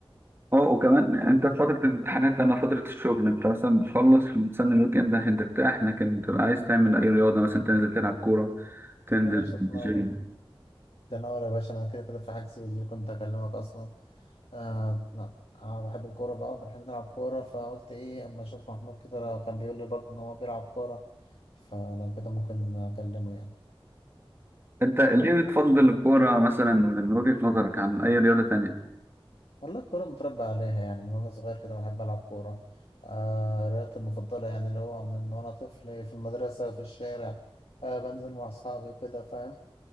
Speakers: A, on the right; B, on the left.
A: اه وكمان انت في فتره الامتحانات انا فتره الشغل انت مثلا بتخلص
B: مم.
A: وتستنى الويك اند عشان ترتاح لكن بتبقى عايز تعمل اي رياضه مثلا تنزل تلعب كوره تنزل
B: يا باشا تنور
A: جيم
B: تنور يا باشا انا كده كده في حجز اللي كنت اكلمك اصلا آه لا آه بحب الكورة بقى وبنحب نلعب كورة فقلت ايه اما اشوف محمود كده لو كان بيقول لي برضه ان هو بيلعب كورة فلو كده ممكن اكلمه يعني
A: انت ليه بتفضل الكوره مثلا من وجهه نظرك عن اي رياضه تانية
B: والله الكورة متربى عليها يعني من وانا صغير كده بحب العب كورة آه رياضتي المفضلة يعني اللي هو من وانا طفل في المدرسة في الشارع آه بنزل مع أصحابي كده فاهم